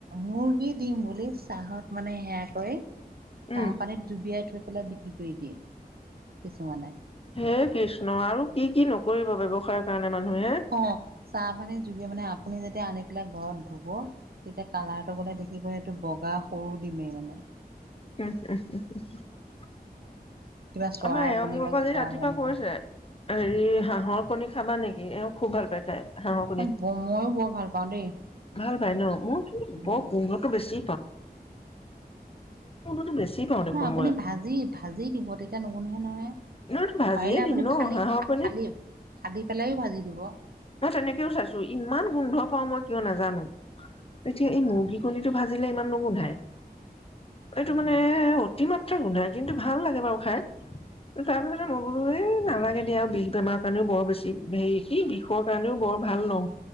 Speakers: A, on the right (about 70°); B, on the left (about 35°).
A: মুৰ্গী দিম বুলি চাহত মানে সেয়া কৈ চাহ
B: উম
A: পানীত ডুবিয়াই থৈ <unintelligible> কৰি দিয়ে। কিছুমানে-
B: হে কৃষ্ণ আৰু কি কি নকৰিব ব্যৱসায়ৰ কাৰণে মানুহে
A: অ চাহ মানে জুবি মানে আপুনি যেতিয়া আনি পেলাই ঘৰত ধুব, তেতিয়া কালাৰটো গলে দেখিব এইটো বগা সৰু দিমেই মানে।
B: <unintelligible>
A: কিবা চৰাই
B: আমাৰ এওঁ
A: কণী
B: মোক
A: বা
B: আজি
A: কিবা
B: ৰাতিপুৱা
A: হয় এনেকুৱা
B: কৈছে হেৰি হাঁহৰ কণী খাবা নেকি এওঁ খুব ভাল পাই খায়। হাঁহৰ
A: অ ময়ো বৰ ভাল পাওঁ দেই
B: ভাল পাই ন মোৰ
A: উম
B: বৰ গোন্ধটো বেছি <unintelligible> পাওঁ দেখোন
A: ন আপুনি
B: মই
A: ভাজি-ভাজি দিব তেতিয়া নহয়
B: ন ভাজিয়ে
A: পাৰিলে
B: দিম
A: আপুনি
B: ন
A: ফালি
B: হাঁহৰ কণি।
A: ফালি ফালি পেলাইও ভাজি দিব।
B: তেনেকৈও চাইছো ইমান গোন্ধ পাও মই কিয় নাজানো। এতিয়া এই
A: অ'।
B: মুৰ্গী কণীটো ভাজিলে ইমান নুগুন্ধাই। এইটো
A: অ',
B: মানে অতি গোন্ধাই কিন্তু ভাল লাগে বাৰু খাই। তাৰ পিছতে মই বোলো এ নালাগে দিয়া আৰু বিষ বেমাৰৰ কাৰণেও বৰ বেছি হেৰি কি বিষৰ কাৰণেও বৰ ভাল নহ।